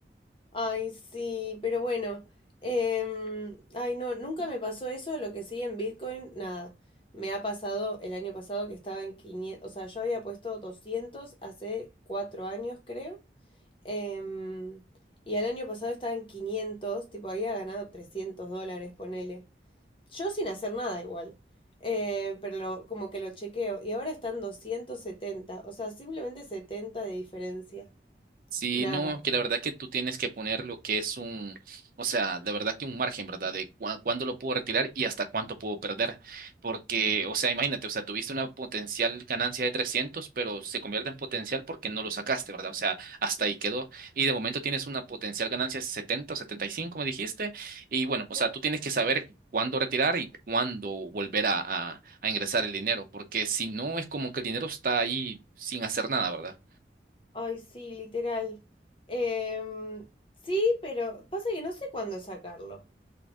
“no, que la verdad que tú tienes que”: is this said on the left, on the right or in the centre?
Right